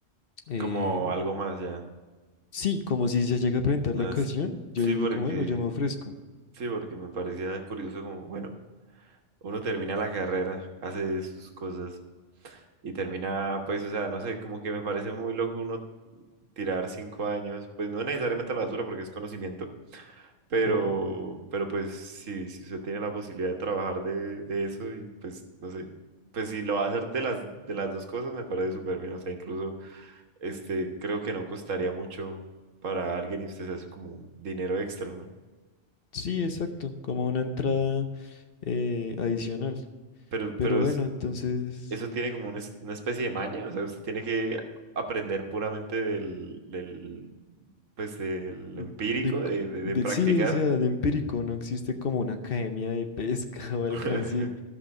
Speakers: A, on the left; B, on the right.
A: eh,
B: como algo más ya.
A: sí, como si se llega a presentar
B: No
A: la ocasión,
B: es-
A: yo
B: Sí,
A: digo
B: porque
A: como, bueno, yo me ofrezco.
B: sí, porque me parecía curioso como, bueno, uno termina la carrera, hace sus cosas y termina, pues, o sea, no sé, como que me parece muy loco uno tirar cinco años, pues no necesariamente a la basura porque es conocimiento, pero,
A: Claro.
B: pero pues si, si usted tiene la posibilidad de trabajar de, de eso y pues no sé, pues si lo va a hacer de las, de las dos cosas me parece súper bien, o sea, incluso este, creo que no costaría mucho para alguien y usted se hace como un dinero extra, ¿no?
A: Sí, exacto, como una entrada eh, adicional.
B: Pero,
A: Pero
B: pero
A: bueno,
B: es-
A: entonces,
B: eso tiene como una, es- una especie de maña, o sea, usted tiene que aprender puramente del, del, pues del
A: mm,
B: empírico,
A: de, c-
B: de, de
A: de-
B: de practicar
A: sí, o sea, de empírico no existe como una academia de pesca <laughs> o algo
B: <laughs>
A: así.